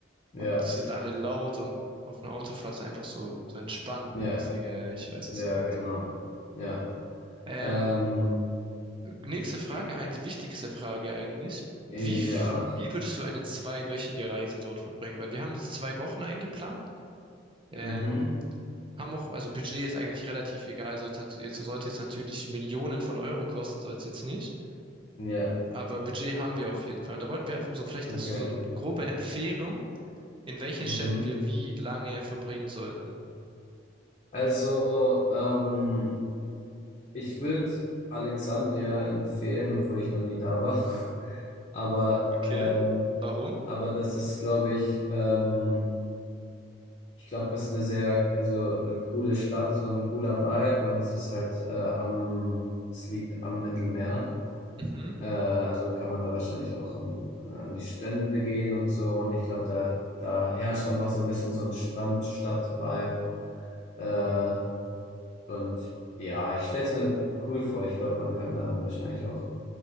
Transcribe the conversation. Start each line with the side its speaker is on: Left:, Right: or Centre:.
Left: ja,
Right: und die sind alle laut und auf einer Autofahrt ist einfach so, so entspannt
Left: ja.
Right: mäßig. Ja, ja, ich weiß,
Left: Ja,
Right: was du meinst.
Left: genau. Ja.
Right: Ähm,
Left: Ähm,
Right: Nächste Frage,
Left: i-
Right: eigentlich die wichtigste Frage eigentlich. Wie,
Left: ja.
Right: f- wie würdest du eine zweiwöchige Reise dort verbringen? Weil wir haben jetzt zwei Wochen eingeplant. Ähm,
Left: Mhm.
Right: haben auch, also Budget ist eigentlich relativ egal. Sollte nat- jetzt, sollte jetzt natürlich Millionen von Euro kosten, soll es jetzt nicht.
Left: Ja,
Right: Aber Budget haben wir auf jeden Fall. Und da wollten wir einfach so, vielleicht
Left: okay.
Right: hast du so eine grobe Empfehlung, in welchen
Left: Mhm.
Right: Städten wir wie lange verbringen sollten.
Left: Also, ähm, ich würde Alexandria empfehlen, obwohl ich noch nie da war. <laughs> Aber,
Right: Okay.
Left: ähm,
Right: Warum?
Left: aber das ist, glaube ich, ähm, ich glaube, es ist eine sehr, also eine coole Stadt, so ein cooler Vibe und es ist halt äh, am, es liegt am Mittelmeer.
Right: Mhm.
Left: Äh, also kann man da wahrscheinlich auch ähm, äh, an die Strände gehen und so. Und ich glaube, da, da herrscht einfach so ein bisschen so ein Strand-Stadt-Vibe. Äh, und ja, ich stell's mir cool vor. Ich glaube, man kann da wahrscheinlich auch